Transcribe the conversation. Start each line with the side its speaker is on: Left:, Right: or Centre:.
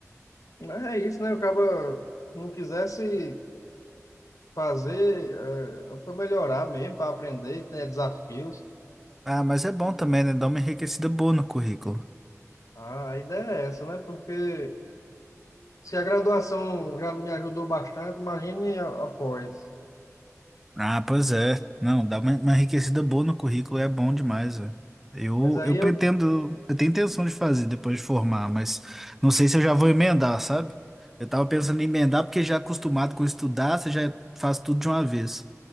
Left: mas é isso, né? O cara não quisesse fazer é, para melhorar mesmo, para aprender, que tenha desafios.
Centre: Ah, mas é bom também, né? Dá uma enriquecida boa no currículo.
Left: Ah, a ideia é essa, né? Porque se a graduação já me ajudou bastante, imagine a- após.
Centre: Ah, pois é. Não, dá uma, uma enriquecida boa no currículo é bom demais, velho. Eu,
Left: Mas aí
Centre: eu pretendo,
Left: eu,
Centre: eu tenho intenção de fazer depois de formar, mas não sei se eu já vou emendar, sabe? Eu tava pensando em emendar porque já acostumado com estudar, você já faz tudo de uma vez.